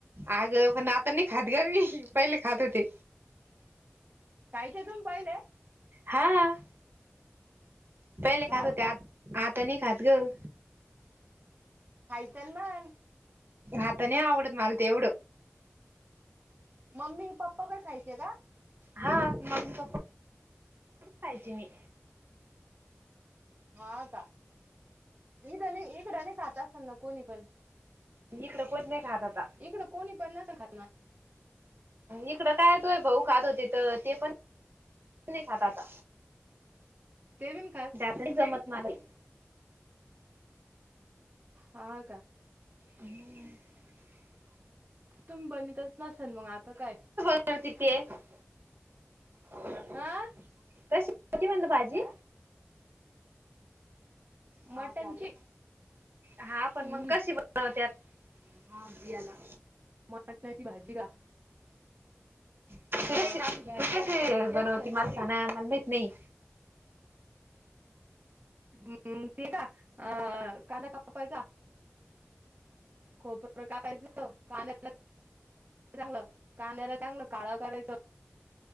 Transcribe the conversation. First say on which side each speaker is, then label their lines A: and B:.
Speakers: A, on the right (about 55°); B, on the right (about 35°).
A: अग पण आता नाही खात ग मी पहिले खात होते.
B: कायचा तुम्ही पाहिले.
A: हा पहिले
B: हा
A: खात होते.
B: का
A: आ आता नाही. खात ग
B: हायचल मग
A: आता नाही आवडत. मला तेवढं
B: मम्मी पप्पाकडे खायचे का?
A: हा मग पाहिजे मी
B: हा का ड नाही इकडं नाही खात असना कोणी पण
A: इकडे कोणीच नाही खात त
B: इकडं कोणी पण न सां खात ना
A: इकडं काय तोय भाऊ खात होते तर ते पण नाही खात आता
B: ते बी नाय खात
A: तरी जमत नाही
B: आ का
A: आणि आहे <unintelligible>
B: तुम्ही बनीतच नसेल मग आता काय?
A: वतीिक <unintelligible> हो
B: आ
A: कशी होती म्हणत भाजी? हा
B: मटणची
A: झाले हा पण
B: हम्म
A: मग कशी बनवतात हा अयाला <unintelligible>
B: मटण्याची भाजी का?
A: तय
B: अ
A: <unintelligible> कसे बनवते मला खना मला माहित नाही
B: हम् ते का अ कांदा कापायचा खोबरं कापायचं पाहिज हो का चांगलं कांद्याला चांगलं काळं करायचं